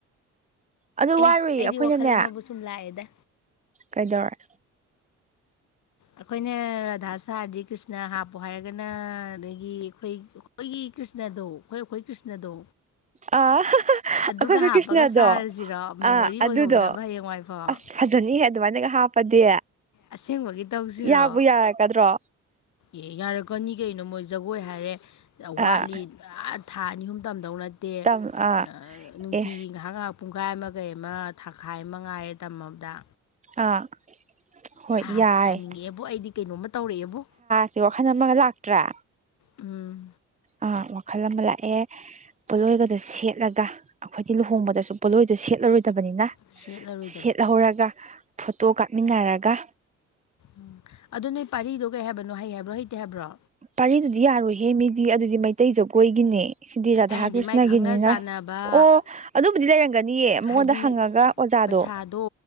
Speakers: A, on the right; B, on the left.
A: ꯑꯗꯨ
B: ꯑꯦ
A: ꯋꯥꯔꯨꯏ
B: ꯑꯩꯗꯤ
A: ꯑꯩꯈꯣꯏꯅꯅꯦ
B: ꯋꯥꯈꯜ ꯑꯃꯕꯨ ꯁꯨꯝ ꯂꯥꯛꯑꯦꯗ
A: ꯀꯩꯗꯧꯔꯦ
B: ꯑꯩꯈꯣꯏꯅ ꯔꯥꯙꯥ ꯁꯥꯔꯗꯤ ꯀ꯭ꯔꯤꯁꯅꯥ ꯍꯥꯞꯄꯣ ꯍꯥꯏꯔꯒꯅꯥ ꯑꯗꯒꯤ ꯑꯩꯈꯣꯏ ꯑꯩꯈꯣꯏꯒꯤ ꯀ꯭ꯔꯤꯁꯅꯥꯗꯣ ꯑꯩꯈꯣꯏ ꯑꯩꯈꯣꯏ ꯀ꯭ꯔꯤꯁꯅꯥꯗꯣ
A: ꯑꯥ
B: ꯑꯗꯨꯒ
A: ꯑꯩꯈꯣꯏꯈꯣꯏ
B: ꯍꯥꯞꯄꯒ
A: ꯀ꯭ꯔꯤꯁꯅꯗꯣ
B: ꯁꯥꯔꯁꯤꯔꯣ ꯃꯦꯃꯣꯔꯤ
A: ꯑꯥ
B: ꯑꯣꯏꯍꯧꯅꯕ
A: ꯑꯗꯨꯗꯣ
B: ꯍꯌꯦꯡꯋꯥꯏꯐꯥꯎ
A: ꯑꯁ ꯐꯖꯅꯤꯍꯦ ꯑꯗꯨꯃꯥꯏꯅꯒ ꯍꯥꯞꯄꯗꯤ
B: ꯑꯁꯦꯡꯕꯒꯤ ꯇꯧꯖꯤꯔꯣ
A: ꯌꯥꯕꯨ ꯌꯥꯔꯛꯀꯗ꯭ꯔꯣ
B: ꯑꯦ ꯌꯥꯔꯛꯀꯅꯤ ꯀꯩꯅꯣ ꯃꯣꯏ ꯖꯒꯣꯏ ꯍꯥꯏꯔꯦ ꯋꯥꯠꯂꯤ
A: ꯑꯥ
B: ꯑꯥ ꯊꯥ ꯑꯅꯤ ꯑꯍꯨꯝ ꯇꯝꯗꯧ ꯅꯠꯇꯦ
A: ꯇꯝ ꯑꯥ
B: ꯑꯥꯑ ꯅꯨꯡꯇꯤꯒꯤ
A: ꯑꯦ
B: ꯉꯥꯏꯍꯥꯛ ꯉꯥꯏꯍꯥꯛ ꯄꯨꯡꯈꯥꯏ ꯑꯃ ꯀꯩ ꯑꯃ ꯊꯥꯈꯥꯏ ꯑꯃ ꯉꯥꯏꯔꯦ ꯇꯝꯃꯕꯗ
A: ꯑꯥ ꯍꯣꯏ
B: ꯁꯥꯁꯤ
A: ꯌꯥꯏ
B: ꯁꯥꯅꯤꯡꯉꯛꯑꯦꯕꯣ ꯑꯩꯗꯤ ꯀꯩꯅꯣꯝꯃ ꯇꯧꯔꯛꯑꯦꯕꯨ
A: ꯁꯤ ꯋꯥꯈꯜ ꯑꯃꯒ ꯂꯥꯛꯇ꯭ꯔꯥ
B: ꯎꯪ
A: ꯑꯥ ꯋꯥꯈꯜ ꯑꯃ ꯂꯥꯛꯑꯦ ꯄꯣꯠꯂꯣꯏꯒꯗꯣ ꯁꯦꯠꯂꯒ ꯑꯩꯈꯣꯏꯗꯤ ꯂꯨꯍꯣꯡꯕꯗꯁꯨ ꯄꯣꯠꯂꯣꯏꯗꯣ ꯁꯦꯠꯂꯔꯣꯏꯗꯕꯅꯤꯅ
B: ꯁꯦꯠꯂꯔꯣꯏ
A: ꯁꯦꯠꯍꯧꯔꯒ ꯐꯣꯇꯣ ꯀꯥꯞꯃꯤꯟꯅꯔꯒ
B: ꯎꯪ ꯑꯗꯣ ꯅꯣꯏ ꯄꯥꯔꯤꯗꯣ ꯀꯩ ꯍꯥꯏꯕꯅꯣ ꯍꯩ ꯍꯥꯏꯕ꯭ꯔꯣ ꯍꯩꯇꯦ ꯍꯥꯏꯕ꯭ꯔꯣ
A: ꯄꯔꯤꯗꯨꯗꯤ ꯌꯥꯔꯣꯏꯍꯦ ꯃꯤꯗꯤ ꯑꯗꯨꯗꯤ ꯃꯩꯇꯩ ꯖꯒꯣꯏꯒꯤꯅꯦ ꯁꯤꯗꯤ ꯔꯥꯙꯥ
B: ꯑꯩ ꯍꯥꯏꯗꯤ
A: ꯀ꯭ꯔꯤꯁꯅꯥꯒꯤꯅꯤꯅ
B: ꯃꯥꯏ ꯈꯪꯅ ꯆꯥꯟꯅꯕ
A: ꯑꯣ ꯑꯗꯨꯕꯨꯗꯤ ꯂꯩꯔꯝꯒꯅꯤꯌꯦ ꯃꯉꯣꯟꯗ
B: ꯍꯥꯏꯗꯤ
A: ꯍꯪꯉꯒ ꯑꯣꯖꯥꯗꯣ
B: ꯄꯩꯁꯥꯗꯣ